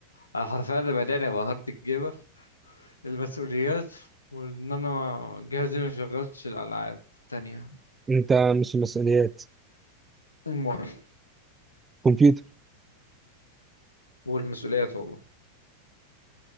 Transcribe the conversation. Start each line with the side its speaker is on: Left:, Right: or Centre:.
Left: انا حرفيا اللي بداني ابقى هارد جيمر المسؤوليات وان انا جهازي ما شغلتش الالعاب التانية
Right: انت مش مسؤوليات
Left: المر
Right: كمبيوتر
Left: والمسؤوليات والله